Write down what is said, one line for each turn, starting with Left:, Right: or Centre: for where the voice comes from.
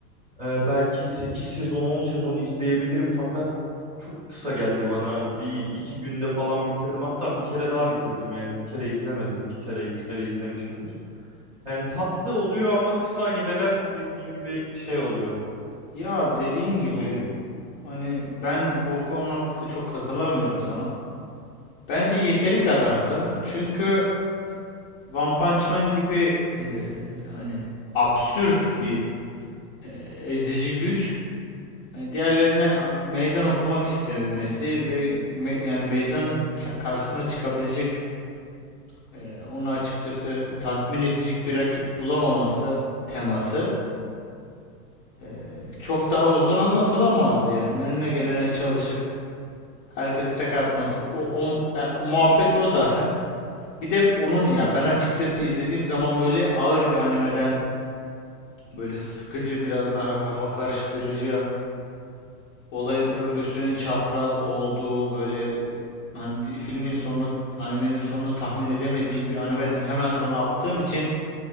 Right: e, belki 8 sezon, 10 sezon izleyebilirim fakat çok kısa geldi bana. Bir iki günde falan bitirdim. Hatta bir kere daha bitirdim. Yani bir kere izlemedim. iki kere, üç kere izlemişimdir. Yani tatlı oluyor ama kısa animeler bildiğin gibi şey oluyor.
Left: Ya dediğin
Right: Sıkıntılı
Left: gibi
Right: oluyor.
Left: hani ben o konuda da çok katılamıyorum sana. Bence yeteri kadardı. Çünkü One Punch Man gibi e, hani absürt bir e, ezici güç hani diğerlerine meydan okumak istemesi ve me- yani meydan karşısına çıkabilecek e, onu açıkçası tatmin edecek bir rakip bulamaması teması e, çok daha uzun anlatılamazdı yani önüne gelene çalışıp herkesi tek atması o, o, ya, o muhabbet o zaten bir de onun ya ben açıkçası izlediğim zaman böyle ağır bir animeden böyle sıkıcı biraz daha kafa karıştırıcı olayın örgüsünün çapraz olduğu böyle e, hani di- filmin sonunu animenin sonunu tahmin edemediğin bir animeden hemen sonra attığım için